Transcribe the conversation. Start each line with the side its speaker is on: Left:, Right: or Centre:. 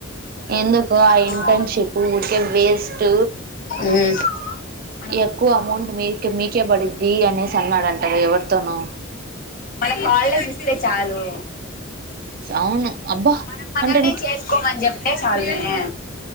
Right: ఎందుకు ఆ
Left: ఉమ్
Right: ఇంటర్న్షిప్ ఊకే వేస్ట్
Left: మ్మ్
Right: ఎక్కువ అమౌంట్ మీక మీకే పడిద్ది అనేసి అన్నాడంట ఎవరితోనూ
Left: మనకు హాలిడేస్ ఇస్తే చాలు
Right: అవును అబ్బా
Left: మనం మనల్నీ
Right: అంటే
Left: చేసుకోమని చెప్తే చాల్లే ఏ